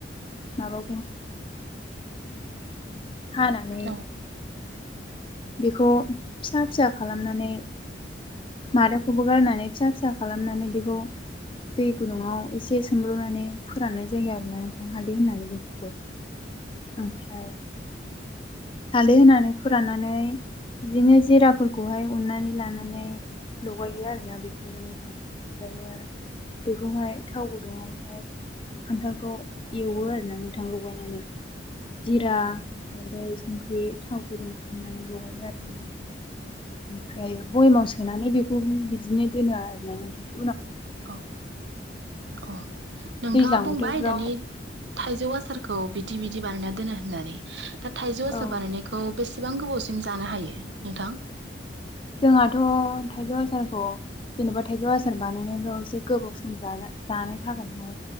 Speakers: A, on the left; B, on the right.
A: माबा हानानै
B: <unintelligible> औ।
A: बेखौ फिसा फिजा खालामनानै मादा खौबो गारनानै फिसा फिसा खालामनानै दै गुदुंआव ऐसे सोमब्रुनानै फोराननाय जायो आरोना नोंथां हालदै होननानै बेखौबो ओमफ्राय हालदै होनानै फोराननानै बिदिनो जिराफोरखौहाय उननानै लानानै लगायो आरोना बे <unintelligible> ओमफ्रायो बेखौहाय थाव गुदुंङावहाय खान्थालखौ एवो आरो ना नोंथां लगायनानै। जिरा हालदै संख्रि थाव गुदुं फुदुंनानै लगायो आरो नोंथां ओमफ्रायो बयमाव सोनानै बे बेखौबो बिदिनो दोनो आरो ना नोथां।
B: औ अ। नोंथांङा
A: दैज्लां
B: बुंबाय
A: बोथोरफ्राव
B: दानि थाइजौ आसारखो औ बिदि बिदि बानायना दोनो होननानै दा थाइजौ आसार
A: औ
B: बानायनायखौ बेसे बेसेबां गोबावसिम जानो हायो नोंथां?
A: जोंहाथ थाइजौ आसारखौ जेनेबा थाइजौ आसार बानायनायल एसे गोबाव सम जानो थाखायहाय नआव